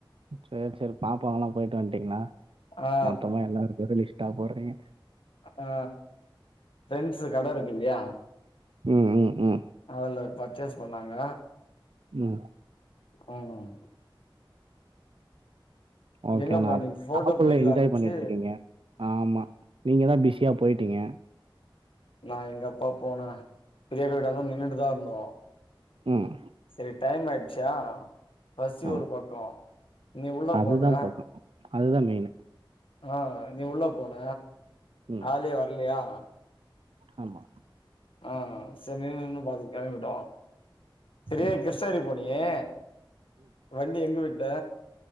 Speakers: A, on the right (about 85°); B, on the left (about 80°).
A: செர் செரி பாப்பாங்கல்லா போய்ட்டு வன்ட்டீங்ளா
B: ஆ
A: மொத்தமா எல்லாரு கேக்கோலி தா போறீங்க
B: அ ஆ ஃப்ரெண்ட்ஸு கட இருக்கில்லியா
A: ம் ம் ம்
B: அதுல பர்ச்சஸ் பண்ணாங்க
A: ம்
B: ம்
A: ஓகே
B: எங்கப்பா
A: நா
B: நீங்க போட்டோ
A: சப்புள்ள
B: புடிக்கலான்னுச்சு
A: என்ஜாய் பண்ணிட்ருக்கீங்க ஆமா நீங்க தா பிஸியா போய்டீங்க
B: நா எங்கப்பா போனே பிரியாக்கா வீடாந்த நின்னுட்டுதா இருந்தோ
A: ம்.
B: சேரி டைம் ஆய்ட்சா பசி
A: ஆ
B: ஒரு பக்கோ நீ உள்ள
A: அதுதான்
B: போன
A: பக்கம். அதுதான் மெயினு.
B: ஆ நீ உள்ள போன
A: ம்.
B: ஆலே வர்லையா
A: ஆமா
B: ஆ செர் நின்னு நின்னு பாத் கெளம்பிட்டோ செரி
A: ம்.
B: கிருஷ்ணகிரி போனியே வண்டி எங்க விட் ட